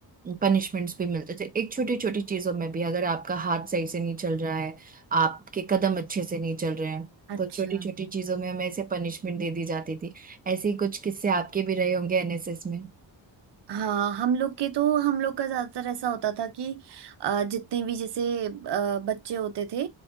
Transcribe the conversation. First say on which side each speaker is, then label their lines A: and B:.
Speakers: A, on the right (about 20°); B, on the right (about 65°).
A: पनिशमेंट्स भी मिलते थे एक छोटी छोटी चीजों में भी अगर आपका हाथ सही से नहीं चल रहा है आपके कदम अच्छे से नहीं चल रहे हैं
B: अच्छा
A: तो छोटी छोटी चीजों में हमें ऐसे पनिशमेंट दे दी जाती थी ऐसे ही कुछ किस्से आपके भी रहे होंगे एनएसएस में
B: हाँ हम लोग के तो हम लोग का ज्यादातर ऐसा होता था कि अ, जितने भी जैसे अ, बच्चे होते थे